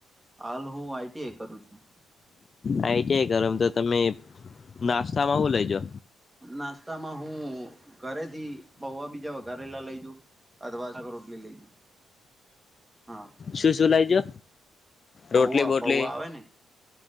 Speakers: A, on the right; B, on the left.
A: હાલ હું આઈટી આઈ કરું છું.
B: આઈટી આઈ કરો તો તમે નાસ્તામાં હું લઈજો
A: નાસ્તામાં હું ઘરેથી પૌવા બીજા વઘારેલા લઈજઉ અથ વા રોટલી લઈ જાઉં હા
B: શું શું લાઈજો
A: પૌવા
B: રોટલી બોટલી
A: પૌવા આવે ને